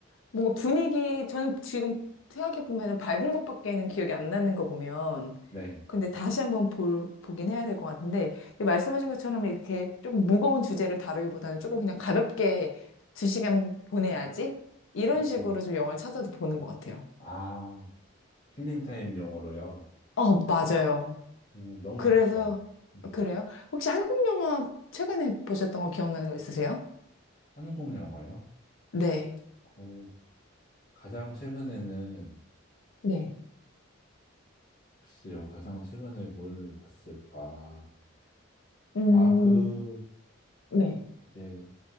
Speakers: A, on the left; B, on the left.
A: 뭔가 분위기, 저는 지금 생각해보면 밝은 것밖에는 기억이 안 나는 거 보면.
B: 네.
A: 근데 다시 한번 볼, 보긴 해야 될 것 같은데, 근데 말씀하신 것처럼 이렇게 조금 무거운 주제를 다루기보다는 조금 그냥 가볍게 두 시간 보내야지? 이런
B: 음.
A: 식으로 좀 영화를 찾아서 보는 것 같아요.
B: 아, 힐링타임 영어로요.
A: 어, 맞아요.
B: 음, 너무
A: 그래서,
B: 좋죠. 음,
A: 그래요? 혹시 한국 영화 최근에 보셨던 거 기억나는 거 있으세요?
B: 한국 영화요?
A: 네.
B: 어, 가장 최근에는,
A: 네.
B: 글쎄요, 가장 최근에 뭘 봤을까.
A: 음,
B: 아, 그,
A: 네.
B: 이제,